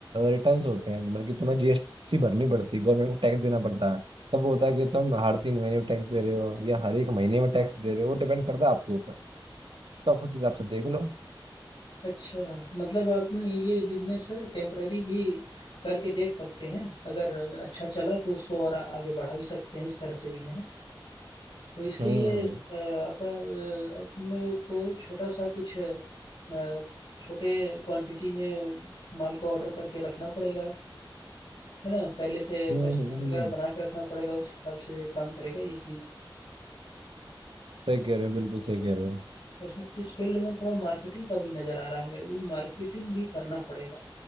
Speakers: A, on the right; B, on the left.
A: रिटर्न्स होते हैं मतलब कि तुम्हें जीएसटी भरनी पड़ती है गवर्नमेंट को टैक्स देना पड़ता है तब वो होता है कि तुम हर तीन महीने में टैक्स दे रहे हो या हर एक महीने में टैक्स दे रहे हो वो डिपेंड करता है आपके ऊपर तो आप उस हिसाब से देख लो
B: अच्छा मतलब अपन ये बिजनेस टेम्पररी भी करके देख सकते हैं अगर अच्छा चला तो उसको और आगे बढ़ा भी सकते हैं इस तरह से भी है ना तो इसके
A: हम्म
B: लिए
A: हम्म
B: अ, अपन अ, अपनों को छोटा सा कुछ अ, छोटे क्वांटिटी में माल को ऑर्डर करके रखना पड़ेगा है ना पहले से
A: हम्म,
B: कस्टमर
A: हम्म।
B: वगैरह बना के रखना पड़ेगा उस हिसाब से काम करेगा ये चीज
A: सही कह रहे हो बिल्कुल सही कह रहे हो
B: इस इस फील्ड में थोड़ा मार्केटिंग का भी नजर आ रहा है मेरे को मार्केटिंग भी करना पड़ेगा